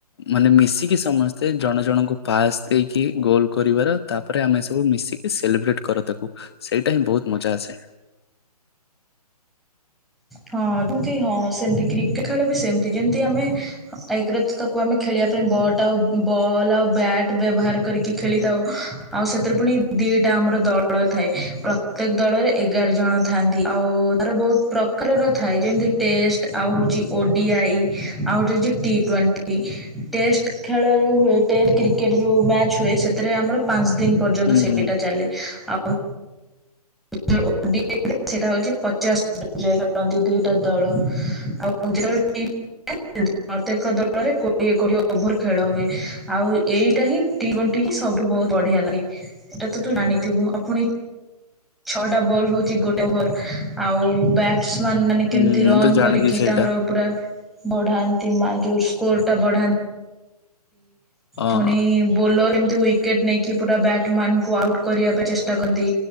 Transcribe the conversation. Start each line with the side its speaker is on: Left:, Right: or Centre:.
Left: ମାନେ ମିଶିକି ସମସ୍ତେ ଜଣ ଜଣଙ୍କୁ ପାସ୍ ଦେଇକି ଗୋଲ କରିବାର ତାପରେ ଆମେ ସବୁ ମିଶିକି ସେଲେବ୍ରେଟ କର ତାକୁ ସେଇଟା ହିଁ ବହୁତ ମଜା ଆସେ।
Centre: ହଁ ଯେମତି ହଁ ସେମତି କ୍ରିକେଟ ଖେଳ ବି ସେମତି ଯେମତି ଆମେ ଏକରେ ତ ତାକୁ ଆମେ ଖେଳିବା ପାଇଁ ବଟ ଆଉ ବଲ୍ ଆଉ ବ୍ୟାଟ ବ୍ୟବହାର କରିକି ଖେଳିଥାଉ। ଆଉ ସେଥିରେ ପୁଣି ଦିଟା ଆମର ଦଳ ଥାଏ ପ୍ରତ୍ୟେକ ଦଳରେ ଏଗାର ଜଣ ଥାଆନ୍ତି। ଆଉ ତାର ବହୁତ ପ୍ର କାରର ଥାଏ ଯେମିତି ଟେଷ୍ଟ ଆଉ ହୋଉଛି ଓ ଡି ଆଇ ଆଉ ଗୋଟେ ହୋଉଛି ଟି ଟ୍ୱେଣ୍ଟି। ଟି ଟେଷ୍ଟ ଖେଳ ଯୋଉ ହୁଏ ଟେଷ୍ଟ କ୍ରିକେଟ ଯୋଉ ମ୍ୟାଚ୍ ହୁଏ ସେ ରେ ଆମର ପାଞ୍ଚ ଦିନ ପର୍ଯ୍ୟନ୍ତ
Left: ହୁଁ
Centre: ସେଇଟା
Left: ହୁଁ
Centre: ଚାଲେ ଆ <unintelligible> <unintelligible> <unintelligible> ପ୍ରତ୍ୟେକ ଦଳରେ କୋଡିଏ କୋଡିଏ ଓଭର ଖେଳ ହୁଏ ଆଉ ଏଇଟା ହିଁ ଟି ଟ୍ବେଣ୍ଟି ହିଁ ସବୁଠୁ ବହୁତ ବଢିଆ ଲାଗେ ଏଇଟା ତ ତୁ ଜାଣିଥିବୁ ଆଉ ପୁଣି ଛଅଟା ବଲ୍ ହଉଛି ଗୋଟେ ଓଭର ଆଉ ବ୍ୟାଟ୍ ସ୍ ମ୍ୟାନ ମାନେ
Left: ହୁଁ
Centre: କେମିତି ରନ୍
Left: ମୁଁ ତ ଜାଣିଛି
Centre: କରିକି
Left: ସେଇଟା
Centre: ତାଙ୍କର ପୁରା ବଢାନ୍ତି ମା ଯୋଉ ସ୍କୋର ଟା ବଢାନ
Left: ହଁ
Centre: ପୁଣି ବୋଲ ଏମିତି ୱି କେଟ୍ ନେଇକି ପୁରା ବ୍ୟାଟମ୍ୟାନ୍ କୁ ଆଉଟ୍ କରିବା ପାଇଁ ଚେଷ୍ଟା କରନ୍ତି